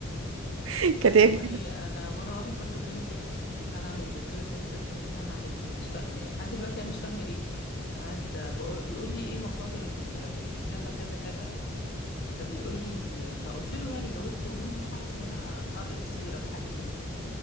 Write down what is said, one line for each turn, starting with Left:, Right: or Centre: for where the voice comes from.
Right: <laughs> كانت
Left: والله
Right: هي كده
Left: انا مره واحد برضو اداني صفر في امتحان عملي دكتور اداني صفر في امتحان عملي مش فاهمه يعني لحد دلوقتي انا مش فاهمه ليه قعد بقول- بيقول لي ايه مصادر ال- الكذا كذا كذا فبيقول لي فقلت له يعني جاوبته منهم حاجه اسمها مابل سيرب حاجه كده يعني